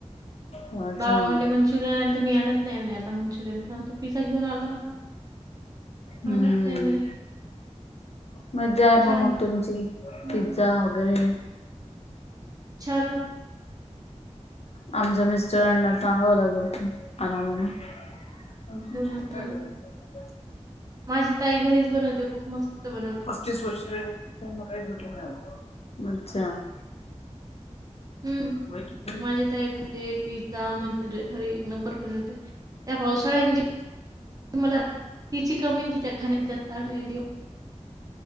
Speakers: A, on the left (about 60°); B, on the right (about 30°).
A: अच्छा
B: बाबा म्हटले मंचुरियन आण त मी आणत नाय म्हणे आता मंचुरियन कारण तो पिझ्झा घेऊन आला होता.
A: हम्म
B: आणत नाही म्हणे.
A: मज्जा आहे ब
B: छान
A: मग तुमची
B: हं.
A: पिझ्झा वगैरे
B: छान होत
A: आमच्या मिस्टरांना सांगाव लागल आणा म्हणून आमचे
B: घेऊन
A: मिस्टर
B: या
A: काय
B: म्हणून.
A: करायचं.
B: माझी ताई घरीच बनवते खूप मस्त बनवते.
A: पतीस वर्ष न त्यानां काहीचं भेटलं नाय अजून
B: हं.
A: व्यय किती
B: माझी ताई भजे, पिझ्झा, मंचुरियन घरी एक नंबर बनवते. त्या पावसाळ्या म्हणज मला तिची कमी तिच्या खाण्याची जास्त आठवण येऊ राहिली ओ